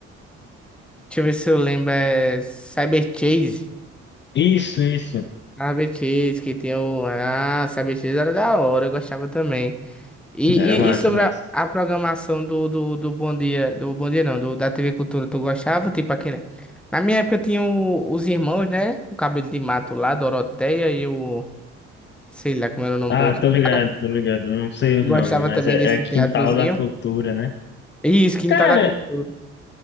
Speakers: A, in the centre; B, on the left.
A: Deixa eu ver se eu lembro. É Cyber Chase.
B: Isso, isso.
A: Cyber Chase, que tem o. Ah, Cyber Chase era da hora, eu gostava também. E,
B: Era massa,
A: e, e sobre
B: mas.
A: a, a programação do, do, do Bom Dia, do Bom Dia não, do, da TV Cultura, tu gostava? Tipo aquele. Na minha época tinha o- os irmãos, né? Com cabelo de mato lá, Doroteia e o. Sei lá como era o nome
B: Ah,
A: do outro
B: tô
A: cara.
B: ligado, tô ligado. Eu Não sei o
A: Tu
B: nome,
A: gostava
B: mas
A: também
B: é,
A: desse
B: é Quintal
A: teatrozinho.
B: da Cultura, né?
A: E Isso, Quintal
B: Cara,
A: da Cultura.